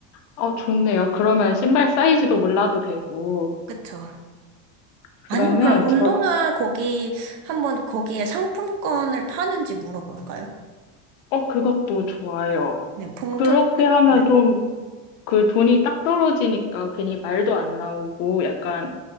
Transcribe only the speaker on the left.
어, 좋네요. 그러면 신발 사이즈도 몰라도 되고.
그러면
저,
어, 그것도 좋아요.
그렇게 하면
좀 그 돈이 딱 떨어지니까 괜히 말도 안 나오고 약간